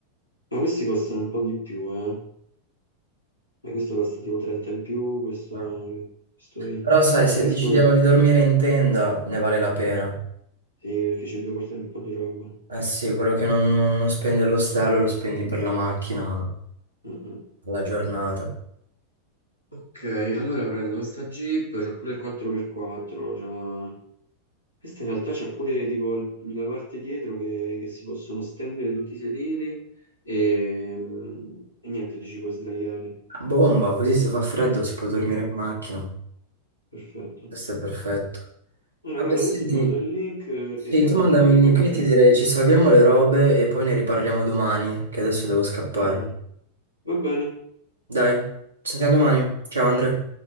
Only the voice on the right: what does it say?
Ah.
Però sai,
se
decidiamo di dormire in tenda, ne vale la pena.
Eh sì, quello che non, non- non spendi all'ostello lo spendi per la macchina,
alla giornata.
Bomba, così se fa freddo si può dormire
in macchina.
Questo è perfetto.
Ah
beh, senti,
sì,
tu mandami
il
link, io
ti direi ci salviamo le robe e poi ne riparliamo domani, che adesso devo scappare.
Dai, ci sentiamo domani. Ciao Andre.